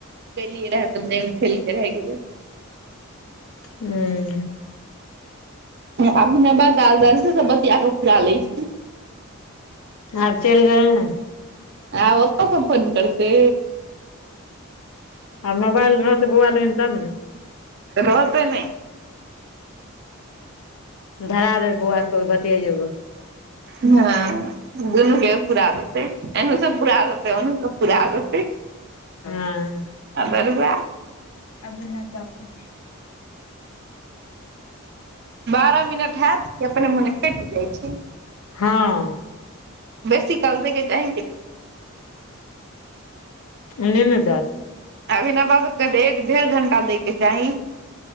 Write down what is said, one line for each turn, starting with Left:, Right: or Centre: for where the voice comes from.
Right: प लियए रहै त नहि ख लके रह क <unintelligible>
Left: हम्म
Right: अभी ने बात आदर्श सब बतिया क पुरा ले छी।
Left: आब चलि गेलय नै
Right: आ ओ ओतअ स फोन करते।
Left: आब मोबाइल रहतै बौआ लगन तब ने
Right: रहतेह नै।
Left: धरा देै बौआके बतियाे जेबो।
Right: हँ दुनू के पूरा दैते, एने स पूरा देते, उन्हो स पूरा देते।
Left: हाँ
Right: आ बरुआ
Left: अभी नहि च <unintelligible>
Right: बारह मिनट हैयत कि अपने मूने कैइट जाइ छै।
Left: हाँ
Right: बेसी काल देके चाहहि।
Left: ने नै जाथ।
Right: अभी ने ब सबकेऽ एक डेढ़ घण्टा दैके चाही।